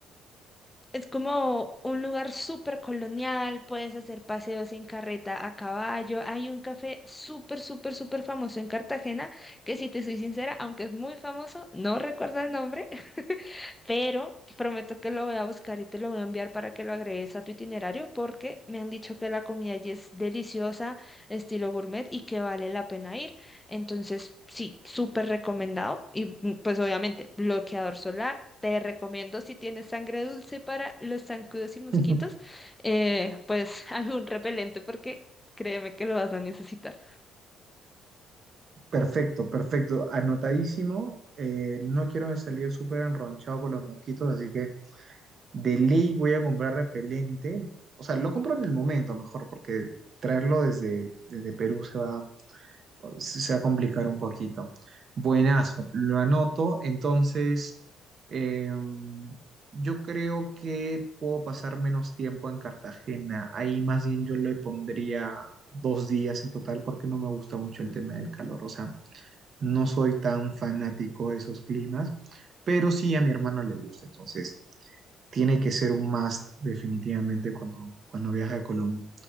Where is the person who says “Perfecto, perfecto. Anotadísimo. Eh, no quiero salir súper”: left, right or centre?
Right